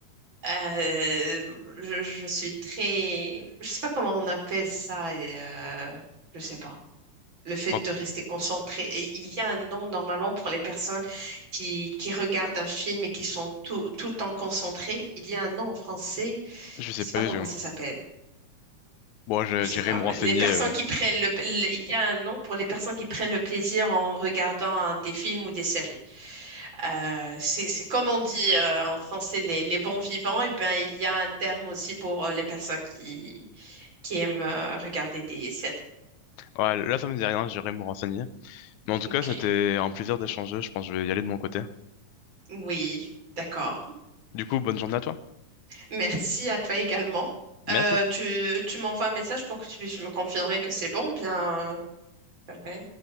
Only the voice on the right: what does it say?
Euh, je, je suis très, je sais pas comment on appelle ça, et, euh, je sais pas. le fait
de rester concentré. Et il y a un nom normalement pour les personnes qui, qui regardent un film et qui sont tout, tout le temps concentrées. Il y a un nom en français,
je sais
pas comment
ça s'appelle.
Je sais
pas.
Les
personnes
qui prennent le, le- il y a un nom pour les personnes qui prennent le plaisir en regardant un- des films ou des séries. Euh, c'est, c'est comme on dit euh, en français les, les bons vivants. Et ben il y a un terme aussi pour euh, les personnes qui qui aiment euh, regarder des séries.
Ok.
Oui, d'accord.
Merci à toi également.
Euh, tu tu m'envoies un message pour que tu puisses me confirmer que c'est bon, bien. euh, voilà.